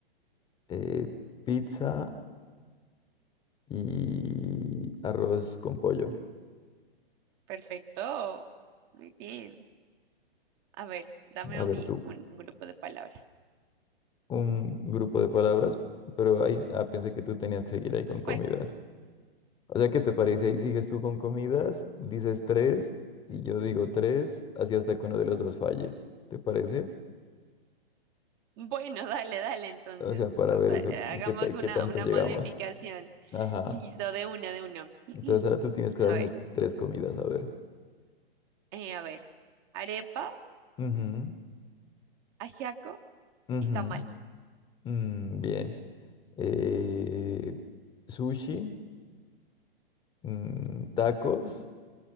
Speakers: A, on the left; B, on the right.
A: eh, pizza y arroz con pollo.
B: Perfecto. Muy bien. A ver, dame
A: A
B: a
A: ver
B: mí
A: tú,
B: un grupo de palabras.
A: un grupo de palabras, pero ahí ah, pensé que tú tenías que seguir ahí con comidas.
B: Pues,
A: O sea, ¿qué te parece? Ahí sigues tú con comidas, dices tres y yo digo tres, así hasta que uno de los dos falle. ¿Te parece?
B: bueno, <laughs> dale, dale, entonces.
A: O sea, para
B: va-
A: ver eso,
B: Hagamos
A: qué, ta- qué
B: una,
A: tanto
B: una
A: llegamos.
B: modificación.
A: Ajá.
B: Listo, de una de uno. <clears throat>
A: Entonces ahora tú tienes que
B: A
A: darme
B: ver,
A: tres comidas, a ver.
B: eh, a ver. Arepa,
A: Ujú,
B: ajiaco
A: ujú.
B: y tamal.
A: Mm, bien. Eh, sushi. mm, tacos